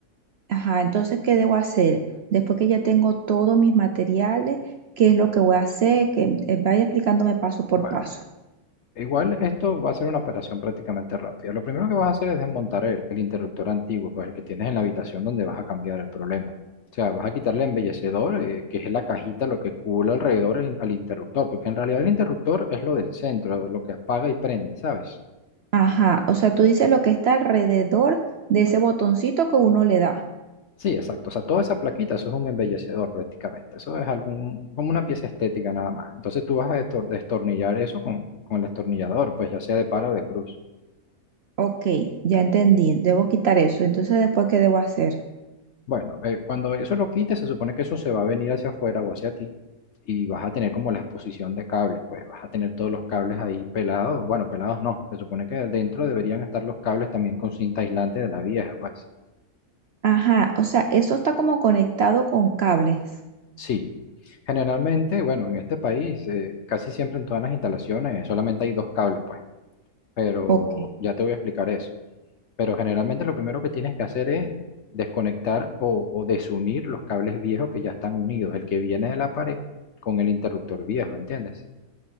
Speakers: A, on the right (about 60°); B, on the left (about 60°).
A: Ajá, entonces, ¿qué debo hacer? Después que ya tengo todos mis materiales, ¿qué es lo que voy a hacer? Que eh, vaya explicándome paso por
B: Bueno.
A: paso.
B: Igual esto va a ser una operación prácticamente rápida. Lo primero que vas a hacer es desmontar el, el interruptor antiguo, pues el que tienes en la habitación donde vas a cambiar el problema. O sea, vas a quitarle el embellecedor, eh, que es la cajita, lo que cubre alrededor en- al interruptor, porque en realidad el interruptor es lo del centro, lo que apaga y prende, ¿sabes?
A: Ajá, o sea, tú dices lo que está alrededor de ese botoncito que uno le da.
B: Sí, exacto. O sea, toda esa plaquita, eso es un embellecedor prácticamente. Eso es algún, como una pieza estética nada más. Entonces tú vas a destor- destornillar eso con, con el destornillador, pues ya sea de pala o de cruz.
A: Ok, ya entendí, debo quitar eso. Entonces, después, ¿qué debo hacer?
B: Bueno, eh, cuando eso lo quites, se supone que eso se va a venir hacia afuera o hacia ti y vas a tener como la exposición de cables, pues vas a tener todos los cables ahí pelados. Bueno, pelados no, se supone que dentro deberían estar los cables también con cinta aislante de la vieja, pues.
A: Ajá, o sea, eso está como conectado con cables.
B: Sí, generalmente, bueno, en este país, eh, casi siempre en todas las instalaciones eh, solamente hay dos cables, pues, pero
A: Ok,
B: ya te voy a explicar eso. Pero generalmente lo primero que tienes que hacer es desconectar o, o desunir los cables viejos que ya están unidos, el que viene de la pared con el interruptor viejo, ¿entiendes?